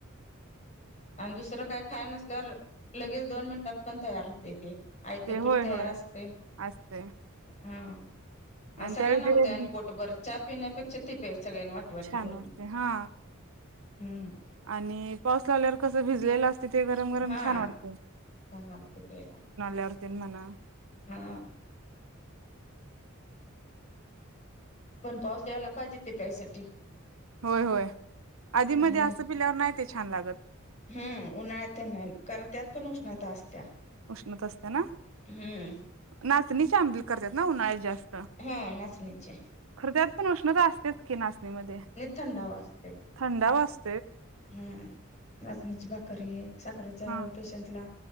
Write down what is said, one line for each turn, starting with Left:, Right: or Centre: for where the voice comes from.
Left: आणि दुसरं काही खायला नसल्यावर लगेच दोन मिनिटात पण तयार होते आयत
Right: ते
Left: पीठ
Right: होय
Left: तयार
Right: होय
Left: असते
Right: असते
Left: हा आणि सगळ्यांना
Right: त्यावेळी ते
Left: होतय आणि
Right: बी
Left: पोटभर चहा पिण्यापेक्षा ते प्यायचं सगळ्यांनी वाटी वाटी
Right: छान
Left: करून
Right: वाटते हा
Left: हम्म
Right: आणि पाऊस लावल्यावर कसं भिजलेलं असते ते गरम गरम
Left: हा
Right: छान वाटते
Left: छान वाटतं प्यायला
Right: भिजल्यावर तीन म्हणा
Left: हा पण पाऊस यायला पाहिजे ते प्यायसाठी
Right: होय होय आधी
Left: हम्म
Right: मध्ये असं पिल्यावर नाही ते छान लागत
Left: हम्म उन्हाळ्यात तर नाही कारण त्यात पण उष्णता असत्या
Right: उष्णत असते ना
Left: हम्म
Right: नाचणीचे आंबल करतात ना उन्हाळ्यात जास्त
Left: हा नाचणीचे
Right: खरं त्यात पण उष्णता असतेच की नाचणीमध्ये
Left: थंडावा असते
Right: थंडा असत
Left: हम्म नाचणीची भाकरी आहे साखरेच्या
Right: हा
Left: पेशंटला